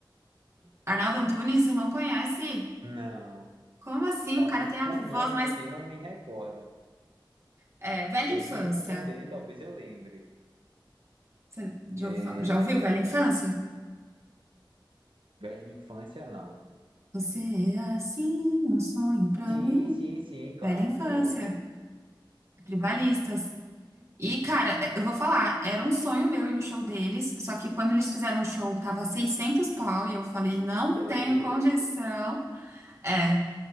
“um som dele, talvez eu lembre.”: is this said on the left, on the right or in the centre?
Right